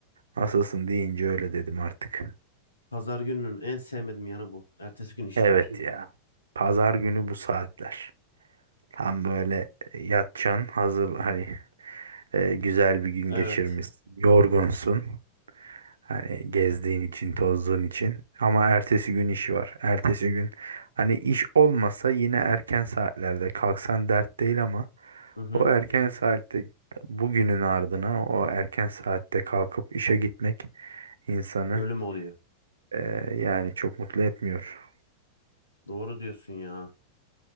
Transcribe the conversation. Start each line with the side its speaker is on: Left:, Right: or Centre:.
Right: Nasılsın deyince öyle dedim artık.
Left: Pazar gününün en sevmediğim yanı bu. Ertesi gün iş
Right: Evet
Left: var.
Right: ya. Pazar günü bu saatler. Tam böyle e, yatacaksın hazır hani e, güzel bir gün
Left: Evet.
Right: geçirmişsin. Yorgunsun. Hani gezdiğin için, tozduğun için. Ama ertesi gün işi var. Ertesi gün hani iş olmasa yine erken saatlerde kalksan dert değil ama
Left: Hı hı.
Right: o erken Evet. saatte bugünün ardına o erken saatte kalkıp işe gitmek insanı
Left: Ölüm oluyor.
Right: eee, yani çok mutlu etmiyor.
Left: Doğru diyorsun ya.